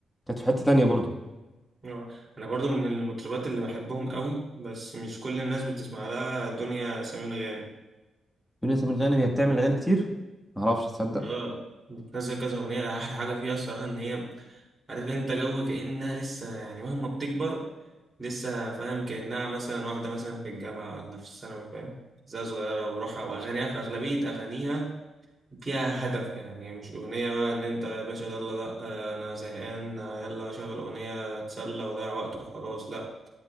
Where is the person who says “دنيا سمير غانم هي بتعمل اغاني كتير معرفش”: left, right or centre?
Centre